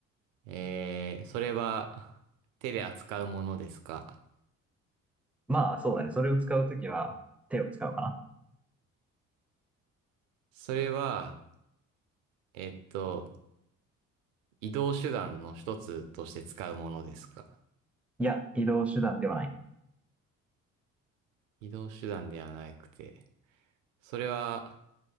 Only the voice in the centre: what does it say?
まあ、そうだね。それを使うときは手を使うかな。
いや、移動手段ではない。